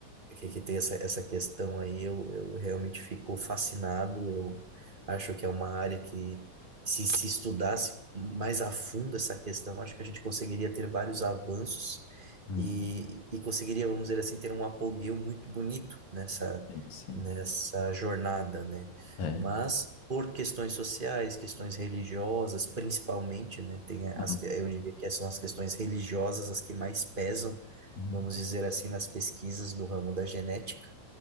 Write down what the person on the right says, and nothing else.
que, que tem essa, essa questão aí, eu, eu realmente fico fascinado. Eu acho que é uma área que, se se estudasse mais a fundo essa questão, acho que a gente conseguiria ter vários avanços
e, e conseguiria, vamos dizer assim, ter um apogeu muito bonito nessa,
nessa jornada, né?
Mas. Por questões sociais, questões religiosas, principalmente, né? Tem as,
que- eu diria que são as questões religiosas as que mais pesam
vamos dizer assim, nas pesquisas do ramo da genética,